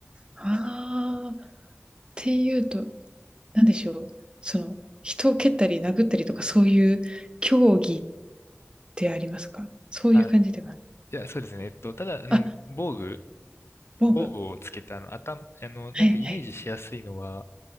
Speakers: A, on the right; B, on the left.
A: ああ、っていうと、なんでしょう、その、人を蹴ったり殴ったりとかそういう競技ってありますか？そういう感じでは
B: あ、いや、そうですね。えっと、ただ、あの、
A: あ、
B: 防具、
A: 防具。
B: 防具をつけた、あの、頭、あの、
A: はいはい。
B: なんかイメージしやすいのは、